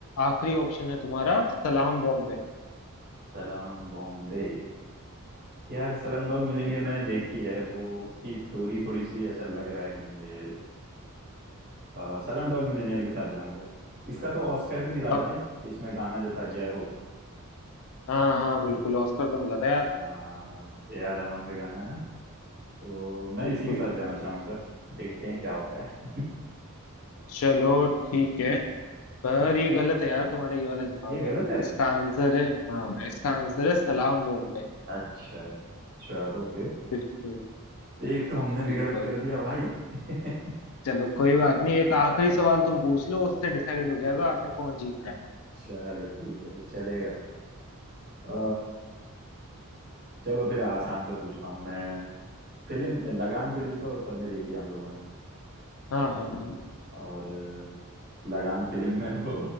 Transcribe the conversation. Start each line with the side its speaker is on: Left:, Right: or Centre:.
Left: आखिरी ऑप्शन है तुम्हारा सलाम बॉम्बे
Right: सलाम बॉम्बे यार सलम डॉग मिलियनेयर मैंने देखी है वो उसकी स्टोरी थोड़ी सी ऐसा लग रहा है कि मुझे अ, सलाम डॉग मिलियनेयर के साथ जाऊंगा इसका तो ऑस्कर भी मिला
Left: पक-
Right: था ना इस, इसमें गाना जो था जय हो
Left: हाँ हाँ बिल्कुल ऑस्कर तो मिला था यार
Right: हाँ ए आर रहमान का गाना है ना तो मैं
Left: बिल्कुल
Right: इसी के साथ जाना चाहूंगा देखते हैं क्या होता है
Left: चलो ठीक है पर ये गलत है यार तुम्हारा ये वाला जवाब
Right: <laughs> ये
Left: यार
Right: गलत है
Left: इसका आंसर है हाँ इसका आंसर है सलाम बॉम्बे
Right: अच्छा चलो फिर
Left: बिल्कुल
Right: एक तो हमने भी
Left: बिल्कुल
Right: गलत कर दिया भाई <laughs>
Left: चलो कोई बात नहीं एक आखिरी सवाल तुम पूछ लो उससे डिसाइड हो जाएगा आखिर कौन जीत रहा है
Right: चलो ठीक है फिर चलेगा अ, चलो फिर आसान से पूछता हूँ मैं फिल्म लगान फिल्म तो सबने देखी है हम लोगों ने
Left: हाँ हाँ हाँ
Right: और लगान फिल्म में वो